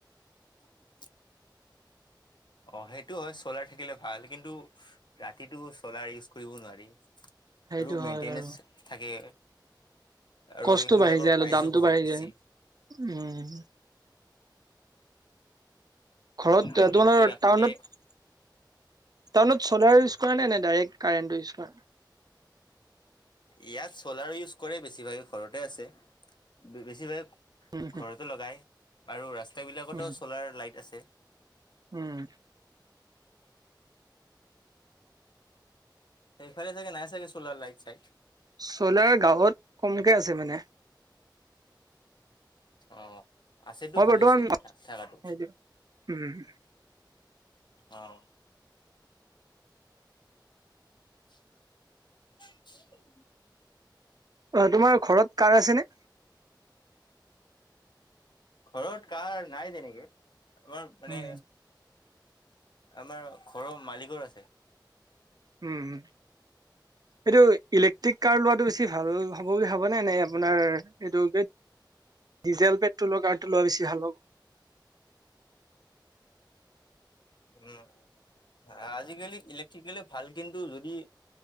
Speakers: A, on the left; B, on the right.
A: <inaudible> অ' সেইটো হয় চলাৰ থাকিলে ভাল কিন্তু ৰাতিটো চ'লাৰ ইউজ কৰিব নোৱাৰি।
B: সেইটো
A: আৰু মেইনটেনেন্স
B: হয় বাৰু।
A: থাকে। আৰু
B: কষ্টটো
A: সেইবিলাকৰ
B: বাঢ়ি যায়
A: প্ৰাইজো
B: অলপ দামটো
A: বহুত
B: বাঢ়ি
A: বেছি।
B: যায় উম। ঘৰত
A: মেইনটেইন
B: তোমালোকৰ
A: কৰি ৰাখোতে
B: টাউনত টাউনত চ'লাৰ ইউজ কৰা নে নাই ডাইৰেক্ট কাৰেণ্টটো ইউজ কৰা?
A: ইয়াত চ'লাৰ ইউজ কৰে বেছিভাগে ঘৰতে আছে বেছিভাগে
B: উম
A: ঘৰতো লগাই আৰু ৰাস্ত বিলাকতো
B: উম
A: চলাৰ লাইট আছে।
B: উম।
A: সেইফালে চাগে নাই চাগে ছোলাৰ লাইট চাইট।
B: চলাৰ গাঁৱত কমকে আছে মানে।
A: অ' আছেটো
B: মই
A: ভাল
B: বৰ্তমান
A: হৈছে থাকাটো।
B: সেইটো উম
A: অ'। <inaudible>
B: অ', তোমাৰ ঘৰত কাৰ আছেনে?
A: ঘৰত কাৰ নাই তেনেকে, আমাৰ মানে
B: উম
A: আমাৰ ঘৰৰ মালিকৰ আছে।
B: উম, এইটো ইলেক্ট্ৰিক কাৰ লোৱাটো বেছি ভাল হ'ব বুলি ভাবানে নে এনে? আপোনাৰ এইটো ডিজেল পেট্ৰলৰ কাৰটো লোৱা বেছি ভাল হ'ব?
A: উম, আজিকালি ইলেক্ট্ৰিকেলে ভাল কিন্তু যদি